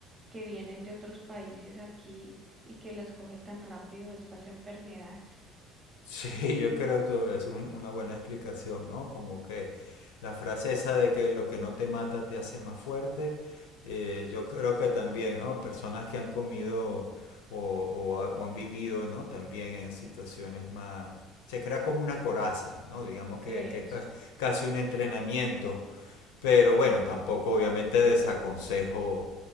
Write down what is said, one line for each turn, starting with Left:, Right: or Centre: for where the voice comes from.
Right: que vienen de otros países aquí y que las coge tan rápido estas enfermedades.
Left: Sí, yo creo que es un- una buena explicación, ¿no? Como que la frase esa de que lo que no te mata te hace más fuerte, eh, yo creo que también, ¿no? Personas que han comido o, o ha- o han vivido, ¿no? También en situaciones más... Se crea como una coraza, ¿no? Digamos que,
Right: Eso.
Left: que es cas- casi un entrenamiento Pero bueno, tampoco obviamente desaconsejo